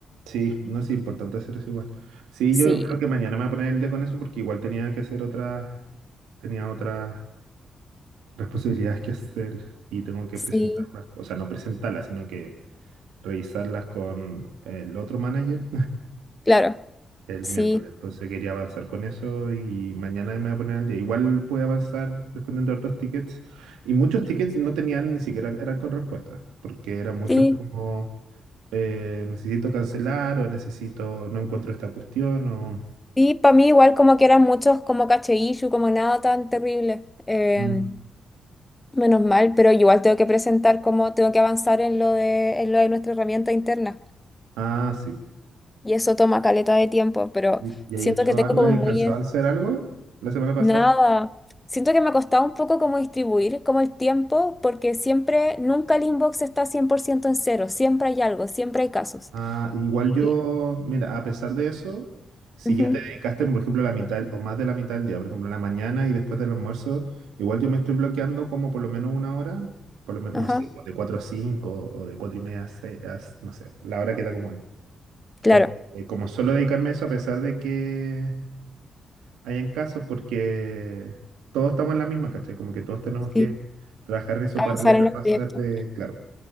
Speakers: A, on the right; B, on the left.
A: Sí, no es importante hacer eso igual. Sí,
B: Sí,
A: yo creo que mañana me voy a poner el día con eso porque igual tenía que hacer otras, tenía otras responsabilidades que hacer y tengo que
B: sí,
A: presentar unas cosas, no presentarlas, sino que revisarlas con el otro manager
B: claro,
A: el
B: sí,
A: miércoles. Entonces quería avanzar con eso y mañana me voy a poner al día. Igual pude avanzar respondiendo a otros tickets. Y muchos tickets no tenían ni siquiera, eran con respuesta porque eran muchos
B: sí.
A: como eh, necesito cancelar o necesito, no encuentro esta cuestión o...
B: Y para mí igual como que eran muchos como caché issue, como nada tan terrible. Eh,
A: Mm.
B: menos mal, pero igual tengo que presentar como tengo que avanzar en lo de, en lo de nuestra herramienta interna.
A: Ah, sí.
B: Y eso toma caleta de tiempo, pero
A: ¿Y, y ahí
B: siento
A: hecho
B: que tengo
A: algo? ¿Alcanzado
B: como muy en
A: a hacer algo la semana pasada?
B: nada. Siento que me ha costado un poco como distribuir como el tiempo, porque siempre, nunca el inbox está 100% en cero, siempre hay algo, siempre hay casos.
A: Ah, igual yo,
B: Y-
A: mira, a pesar de eso, si
B: ujú,
A: ya te dedicaste, por ejemplo, la mitad o más de la mitad del día, por ejemplo, en la mañana y después del almuerzo, igual yo me estoy bloqueando como por lo menos una hora, por lo menos,
B: ajá,
A: no sé, pues, de 4 a 5 o de 4 y media a 6, no sé, la hora que está como es.
B: claro,
A: Eh, eh, como solo dedicarme a eso a pesar de que hayan casos, porque todos estamos en la misma, ¿cachai? Como que todos tenemos que
B: Sí.
A: trabajar en eso
B: avanzar
A: paralelo
B: en los
A: a pasar
B: proyectos.
A: de, claro.